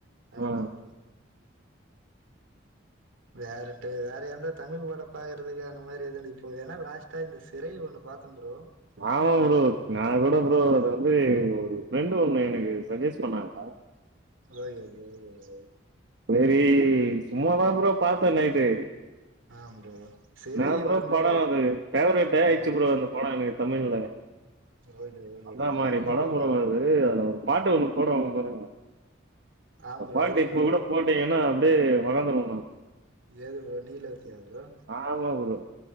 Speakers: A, on the right; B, on the right.
A: அது
B: ஆ
A: தா ப்ரோ வேற டு வேற எந்த தமிழ் படம் பாக்கறதுக்கா அந்த மாரி எத <unintelligible> ஏன்னா லாஸ்ட் டா இந்த சிறை ஒண்ணு பாத்த ப்ரோ
B: ஆமா ப்ரோ நா கூட ப்ரோ
A: ம்
B: அது வந்து ஒரு ஃப்ரெண்டு ஒண்ணு எனக்கு சஜஸ்ட் பண்ணாங்க
A: ஓகே ப்ரோ ஓகே ப்ரோ
B: செரி சும்மாதா ப்ரோ பாத்த நைட்டு
A: ஆ ப்ரோ சிறை
B: என்னா ப்ரோ
A: வந்து
B: படோ அது ஃபேவரட்டே ஆயிச்சு
A: நல்ல
B: ப்ரோ அந்த படோ எனக் தமிழ்ல
A: ஓகே ஓகே
B: அந்த
A: ப்ரோ அது
B: மாரி
A: நல்ல
B: படோ
A: ஒரு
B: ப்ரோ அது டே அதுல ஒரு பாட்டு ஒண்ணு போடுவாங்க பாருங்க
A: ஆ
B: அ
A: ப்ரோ
B: பாட்டு
A: எது
B: இப்ப
A: ப்ரோ
B: கூட விட்டீங்கனா அப்டே வளந்துரு நா
A: எது ப்ரோ நீலோத்தியா ப்ரோ
B: நா ஆமா ப்ரோ